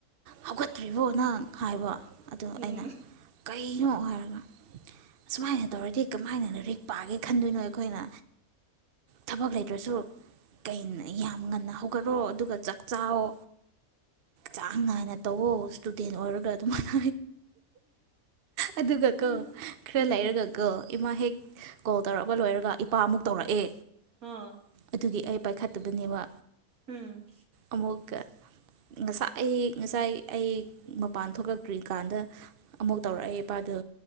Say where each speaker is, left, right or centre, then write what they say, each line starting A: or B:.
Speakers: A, on the right; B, on the right.
A: ꯍꯧꯒꯠꯇ꯭ꯔꯤꯕꯣ ꯅꯪ ꯍꯥꯏꯕ ꯑꯗꯣ
B: ꯎꯝ
A: ꯑꯩꯅ ꯀꯩꯅꯣ ꯍꯥꯏꯔꯒ ꯑꯁꯨꯃꯥꯏꯅ ꯇꯧꯔꯗꯤ ꯀꯃꯥꯏꯅ ꯂꯥꯢꯔꯤꯛ ꯄꯥꯒꯦ ꯈꯟꯗꯣꯏꯅꯣ ꯑꯩꯈꯣꯏꯅ ꯊꯕꯛ ꯂꯩꯇ꯭ꯔꯁꯨ ꯀꯩꯅ ꯌꯥꯝ ꯉꯟꯅ ꯍꯧꯒꯠꯂꯑꯣ ꯑꯗꯨꯒ ꯆꯥꯛꯆꯥꯑꯣ ꯆꯥꯡ ꯅꯥꯏꯅ ꯇꯧꯋꯣ ꯏꯁꯇꯨꯗꯦꯟ ꯑꯣꯏꯔꯒ ꯑꯗꯨꯃꯥꯏꯅ ꯑꯗꯨꯒ
B: ꯎꯝ
A: ꯀꯣ ꯈꯔ
B: ꯎꯝ
A: ꯂꯩꯔꯒ ꯀꯣ ꯏꯃꯥ ꯍꯦꯛ ꯀꯣꯜ ꯇꯧꯔꯛꯄ ꯂꯣꯏꯔꯒ ꯅꯨꯄꯥꯃꯨꯛ ꯇꯧꯔꯛꯑꯦ
B: ꯑ ꯎꯝ
A: ꯑꯗꯨꯒꯤ ꯑꯩ ꯄꯥꯏꯈꯠꯇꯕꯅꯦꯕ
B: ꯎꯝ
A: ꯑꯃꯨꯛ ꯉꯁꯥꯏ ꯉꯁꯥꯏ ꯑꯩ ꯃꯄꯥꯟ ꯊꯣꯛꯂꯛꯇ꯭ꯔꯤꯀꯥꯟꯗ ꯑꯃꯨꯛ ꯇꯧꯔꯛꯑꯦ ꯏꯄꯥꯗꯨ